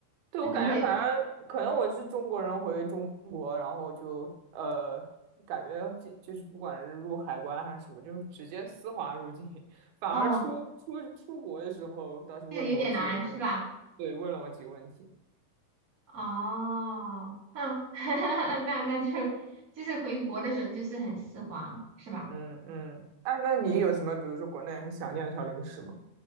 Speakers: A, on the right; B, on the right.
A: 对，
B: 它都会，
A: 我感觉反正可能我是中国人回中国，然后就呃，感觉就就是不管是入海关还是什么，就直接丝滑入境。<laughs> 反而出出出国的时候，
B: 哦，
A: 倒是问了我几个问题
B: 这有点难是吧？
A: 对，问了我几个问题。
B: 哦，哼，<laughs> 那那就就是回国的时候就是很丝滑是吧？
A: 嗯嗯，哎，那你有什么，比如说国内很想念的小零食吗？